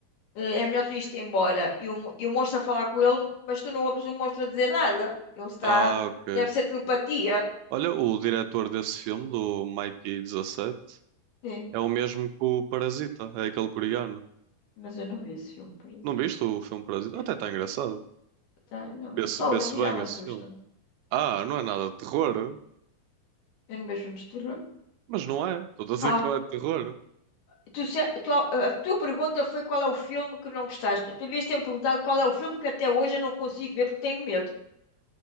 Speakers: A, on the left; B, on the right.
A: Eh, É melhor tu isto embora. E o, mo- e o monstro a falar com ele, mas tu não ouves o monstro a dizer nada. Ele está.
B: Ah, ok.
A: Deve ser telepatia.
B: Olha, o diretor desse filme, do Mikey dezassete
A: Sim,
B: é o mesmo que o Parasita, é aquele coreano.
A: mas eu não vi esse filme, parasita.
B: Não viste o filme Parasita?
A: Eu-
B: Até está engraçado.
A: Sim, tá, eu não.
B: Vê-se
A: Só
B: vê-se
A: o nome
B: bem
A: já me
B: esse
A: assusta.
B: filme. Ah, não é nada de terror?
A: Eu não vejo filmes de terror.
B: Mas não é. Estou a dizer
A: Ah,
B: que não é de terror.
A: tu, se- tu- a tua pergunta foi qual é o filme que não gostaste. Tu devias ter me perguntado qual é o filme que até hoje eu não consigo ver porque tenho medo.